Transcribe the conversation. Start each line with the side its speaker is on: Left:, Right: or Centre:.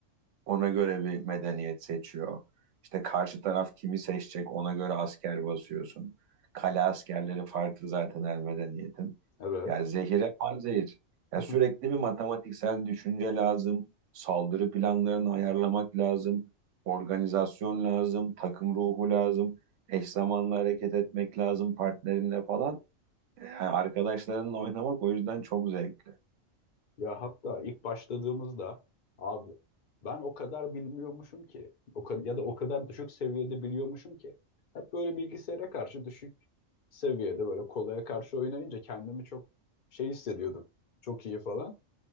Right: ona göre bir medeniyet seçiyor. İşte karşı taraf kimi seçecek ona göre asker basıyorsun. Kale askerleri farklı zaten her medeniyetin.
Left: Evet.
Right: Ya zehire panzehir. Ya
Left: <laughs>
Right: sürekli bir matematiksel düşünce lazım. Saldırı planlarını ayarlamak lazım. Organizasyon lazım. Takım ruhu lazım. Eş zamanlı hareket etmek lazım partnerinle falan. Yani arkadaşlarınla oynamak o yüzden çok zevkli.
Left: Ya hatta ilk başladığımızda abi ben o kadar bilmiyormuşum ki o ka- ya da o kadar düşük seviyede biliyormuşum ki hep böyle bilgisayara karşı düşük seviyede böyle kolaya karşı oynayınca kendimi çok şey hissediyordum. Çok iyi falan.